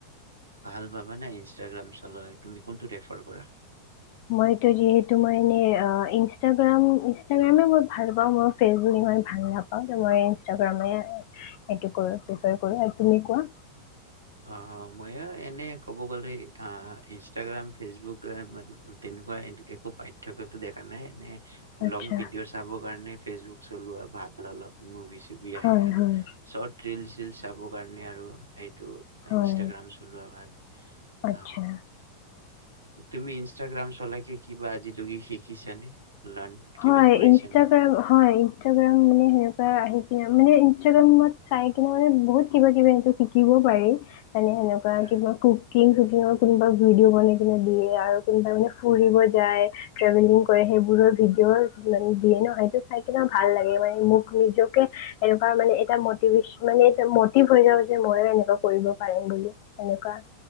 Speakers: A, on the right; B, on the left.
A: ভাল পাবা না ইনষ্টাগ্ৰাম চলালে? তুমি কোনটো প্ৰেফাৰ কৰা?
B: মই এতিয়া যিহেতু, মই এনে ইঞ্চটাগ্ৰাম, ইঞ্চটাগ্ৰামে ভাল পাওঁ আৰু, মই ফেচবুক ইমান ভাল নাপাওঁ তো মই ইঞ্চটাগ্ৰামে এইটো কৰোঁ, প্ৰেফাৰ কৰোঁ, তুমি কোৱা?
A: অ মইয়ো এনে ক'ব গ'লে অ' ইনষ্টাগ্ৰাম, ফেচবুক তেনেকুৱা একো পাৰ্থক্যটো দেখা নাই, এনে
B: আচ্ছা
A: লং বিডিঅ চাবৰ কাৰণে ফেচবুক চলোৱা ভাল অলপ মুভিজ -টি
B: হয়
A: আহে আৰু
B: হয়
A: চৰ্ট ৰিল চল চাব কাৰণে আৰু সেইটো
B: হয়
A: ইনষ্টাগ্ৰাম চলোৱা ভাল-
B: আচ্ছা।
A: অ তুমি ইনষ্টাগ্ৰাম চলাইকে কিবা আজিলৈকে শিকিছানে লাৰ্ণ কিবা
B: হয়
A: কৰিছানে
B: ইনষ্টাগ্ৰাম, হয় ইনষ্টাগ্ৰাম মানে সেনেকুৱা আহিছে। মানে ইনষ্টাগ্ৰামত চাই কিনে মানে বহুত কিবা কিবি সটো শিকিব পাৰি। মানে সেনেকুৱা
A: হা
B: কিবা কুকি কুকিং চুকিঙৰ কোনোবা ভিডিঅ' বনাই কিনে দিয়ে আৰু কোনোবাই মানে ফুৰিব যায়, ট্ৰেভেলিং কৰে সেইবোৰৰ ভিডিঅ' মানে দিয়ে ন সেইটো চাই কিনে ভাল লাগে মানে মোক নিজকে এনেকুৱা মানে এটা মতিভেচ মানে এ মটিভ হৈ যাব যে ময়ো এনেকুৱা কৰিব পাৰিম বুলি এনেকুৱা